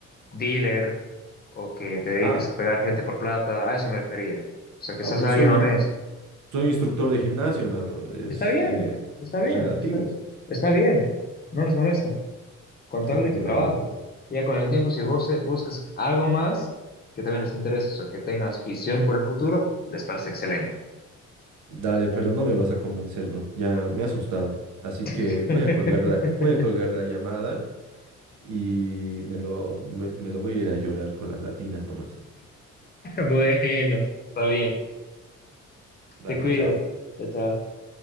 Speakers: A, on the left (about 30°); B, on the right (about 75°).
A: dealer o que te dediques
B: Ah,
A: a pegar gente por plata, a eso me refería. O sea, que
B: ah,
A: seas
B: pero
A: alguien
B: soy,
A: honesto.
B: Soy instructor de gimnasio, hermano. Es,
A: Está bien,
B: eh,
A: está bien,
B: es relativo.
A: está,
B: es-
A: está bien, no les molesta, con
B: <laughs>
A: tal de
B: Bueno,
A: que trabajes.
B: no-
A: Y Ya con el tiempo, si vos eh, buscas algo más que también les interese o que tengas visión por el futuro, les parece excelente.
B: dale, pero no me vas a convencer, bro. Ya me he asustado. Así que
A: <laughs>
B: voy a colgar la, voy a colgar la llamada y me lo, me me lo voy a ir a llorar con las latinas nomás.
A: Bueno, está bien,
B: Dale,
A: te cuidas,
B: chao.
A: chao. chao.